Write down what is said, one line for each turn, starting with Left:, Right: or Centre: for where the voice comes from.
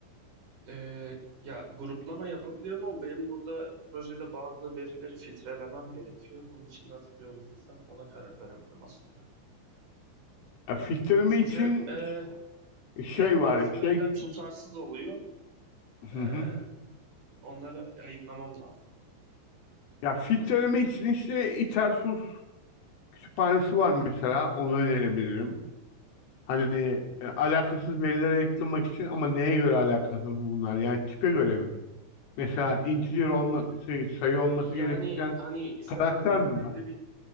Right: Ee, ya gruplama yapabiliyorum ama benim burada projede bazı verileri filtrelemem gerekiyor. Bunun için nasıl bir yol izlesem ona karar veremedim aslında.
Left: Ya filtreleme
Right: Çünkü
Left: için
Right: e,
Left: ş- şey
Right: yani
Left: var,
Right: bazı veriler
Left: şey...
Right: tutarsız oluyor.
Left: <laughs>
Right: Ee, onları ayıklamam lazım.
Left: Ya filtreleme için işte İtersus kütüphanesi var mesela. Onu önerebilirim. Hani e, alakasız verilere yakalamak için ama neye göre alakasız bu bunlar? Yani tipe göre mi? Mesela integer olması, sayı olması
Right: Yani
Left: gereken
Right: hani şöyle
Left: karakter
Right: diyeyim
Left: mi
Right: belli
Left: var?
Right: bir